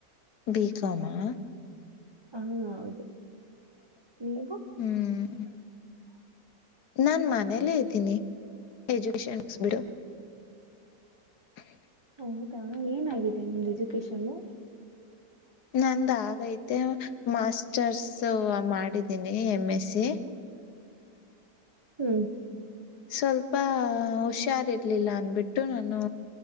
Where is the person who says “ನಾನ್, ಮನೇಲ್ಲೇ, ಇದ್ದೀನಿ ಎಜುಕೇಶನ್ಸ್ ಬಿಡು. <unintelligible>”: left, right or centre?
Left